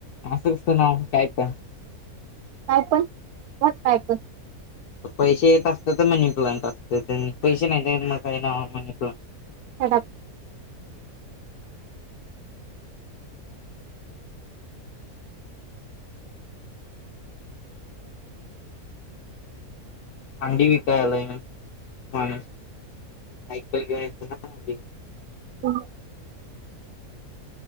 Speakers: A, on the left (about 80°); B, on the right (about 80°).
A: असं असत नाव काय पण.
B: काय पण मग काय पण.
A: पैसे येत असतात तर मनी प्लांट असते पैसे नाही मग काही ना मनी प्लांट.
B: <unintelligible>
A: हंडी विकाय आलाय माणूस सायकल घेवून येतोय ना. अंडी
B: ह.